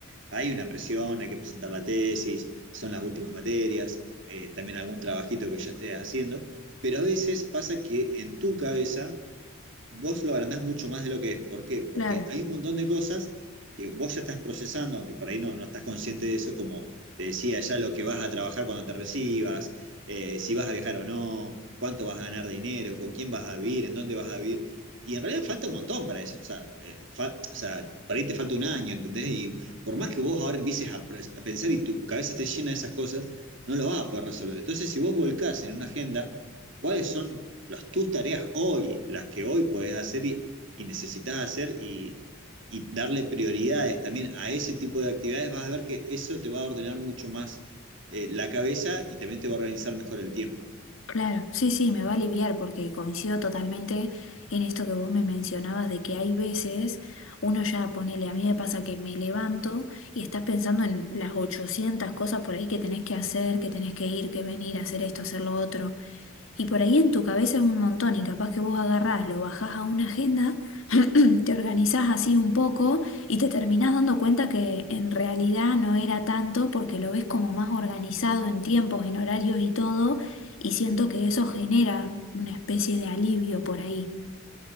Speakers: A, on the right (about 60°); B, on the left (about 70°).
A: hay una presión, hay que presentar la tesis, son las últimas materias, eh, también algún trabajito que ya estés haciendo, pero a veces pasa que en tu cabeza vos lo agrandás mucho más de lo que es. ¿Por qué? Porque
B: claro.
A: hay un montón de cosas que vos ya estás procesando, aunque por ahí no, no estás consciente de eso, como te decía, ya lo que vas a trabajar cuando te recibas, eh, si vas a viajar o no, cuánto vas a ganar de dinero, con quién vas a vivir, en dónde vas a vivir. Y en realidad falta un montón para eso. O sea, eh, fa- o sea, para ahí te falta un año, ¿entendés? Y por más que vos ahora empieces a, pre- a pensar y tu cabeza esté llena de esas cosas, no lo vas a poder resolver. Entonces, si vos volcás en una agenda ¿Cuáles son las, tus tareas hoy, las que hoy podés hacer y, y necesitas hacer y, y darle prioridades también a ese tipo de actividades? Vas a ver que eso te va a ordenar mucho más eh, la cabeza y también te va a organizar mejor el tiempo.
B: Claro, sí, sí, me va a aliviar porque coincido totalmente en esto que vos me mencionabas de que hay veces uno ya ponele, a mí me pasa que me levanto y estás pensando en las 800 cosas por ahí que tenés que hacer, que tenés que ir, que venir, hacer esto, hacer lo otro. Y por ahí en tu cabeza es un montón y capaz que vos agarrás, lo bajás a una agenda. <clears throat> te organizás así un poco y te terminás dando cuenta que en realidad no era tanto porque lo ves como más organizado en tiempos, en horarios y todo, y siento que eso genera una especie de alivio por ahí.